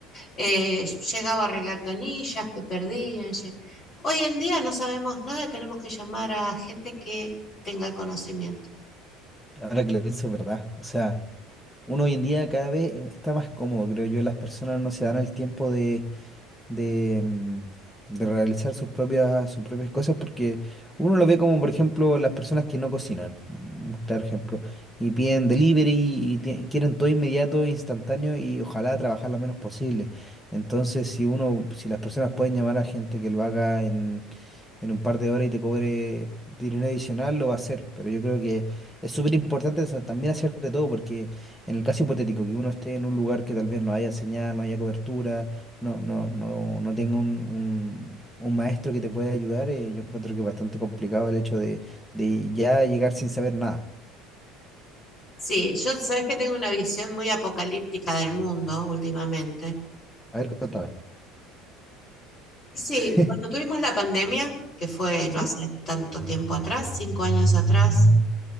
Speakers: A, on the left (about 30°); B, in the centre.
A: Eh, llegaba a arreglar canillas que perdían. lle- Hoy en día no sabemos nada, tenemos que llamar a gente que tenga el conocimiento.
B: ahora que lo pienso es verdad. O sea, uno hoy en día cada vez eh, está más cómodo, creo yo. Las personas no se dan el tiempo de de, mm, de realizar sus propias, sus propias cosas, porque uno lo ve como, por ejemplo, las personas que no cocinan, un claro ejemplo, y piden delivery y tie- quieren todo inmediato, instantáneo y ojalá trabajar lo menos posible. Entonces, si uno, si las personas pueden llamar a gente que lo haga en, en un par de horas y te cobre dinero adicional, lo va a hacer, pero yo creo que es súper importante sa- también hacer de todo, porque en el caso hipotético, que uno esté en un lugar que tal vez no haya señal, no haya cobertura, no, no, no, no tenga un, un- un maestro que te pueda ayudar, eh, yo encuentro que es bastante complicado el hecho de, de ya llegar sin saber nada.
A: Sí, yo sabes que tengo una visión muy apocalíptica del mundo últimamente.
B: A ver, contame.
A: Y sí,
B: <laughs>
A: cuando tuvimos la pandemia, que fue
B: Sí,
A: no hace tanto tiempo atrás, cinco años atrás,